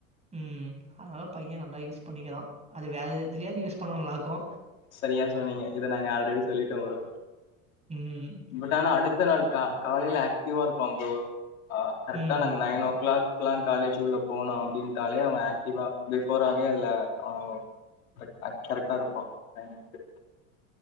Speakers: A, on the right; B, on the left.
A: ம் அதால பைய நல்லா யூஸ் பண்ணிக்கறா அத வேற எதுலயாது யூஸ் பண்ண நல்லாருக்கு
B: சரியா சொன்னிங்க இத நாங்க ஆல்ரெடி சொல்லிட்டோ ப்ரோ
A: ம்
B: பட் ஆனா அடுத்த நாள் கா காலைல ஆக்டிவா இருப்பான் ப்ரோ ஆ கரெக்ட்டா
A: ம்.
B: நாங்க நைனோ க்ளாக் க்லா காலேஜ் உள்ள போனோ அப்டின்ட்டாலே அவ ஆக்டிவா பிஃபோராவே அதுல அ பட் அக்யூரட்டா இருப்பா டைம்க்கு